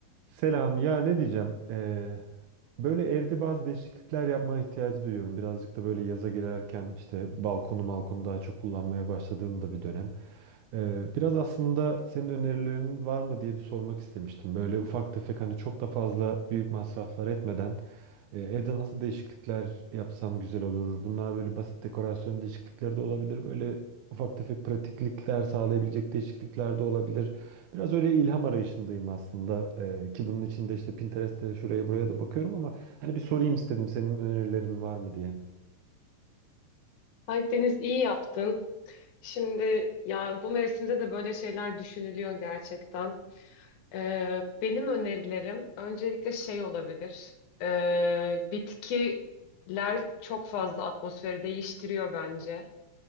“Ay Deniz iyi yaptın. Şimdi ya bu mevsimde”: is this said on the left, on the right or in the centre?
Left